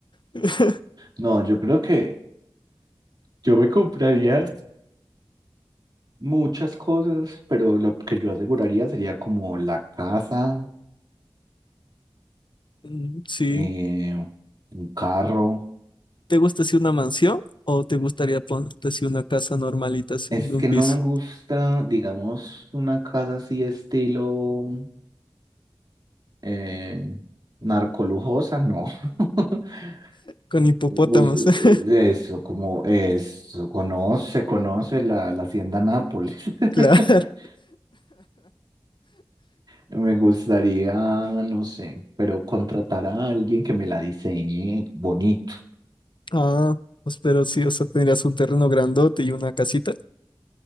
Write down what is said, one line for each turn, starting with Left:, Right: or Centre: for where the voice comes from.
Left: <laughs>
Right: No, yo creo que yo me compraría. muchas cosas, pero lo que yo aseguraría sería como la casa,
Left: Mm, sí.
Right: eh, un carro.
Left: ¿Te gusta así una mansión o te gustaría ponerte así una casa normalita, así,
Right: Es
Left: de un
Right: que
Left: piso?
Right: no me gusta, digamos, una casa así estilo eh, narcolujosa, no. <laughs>
Left: Con hipopótamos,
Right: Bus- eh,
Left: <laughs>
Right: Eso, como eso, conoce, conoce la, la hacienda Nápoles.
Left: claro.
Right: <laughs> Me gustaría, no sé, pero contratar a alguien que me la diseñe bonito.
Left: Ah, pues pero sí, o sea, tendrías un terreno grandote y una casita.